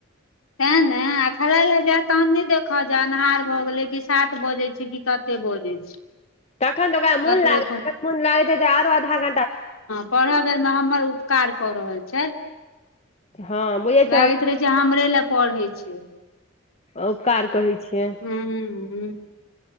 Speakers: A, on the left; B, on the left.
A: तें ने आ खलायला जायत तहन नै देखतऽ जे अन्हार भए गेले कि सात बजै छै किकाते बजै छै
B: तखन तऽ ओकरा मुन
A: कतबो
B: लागत मुन लागैत हेतै जे आरो आधा घंटा
A: पढ़ बेर मे हमर उपकार कऽ रहल छै।
B: हँ बुझै
A: लागैत
B: छै
A: रहै छै हमरे लए पढ़ै छै
B: उपकार कहै छियै।
A: हूँ हूँ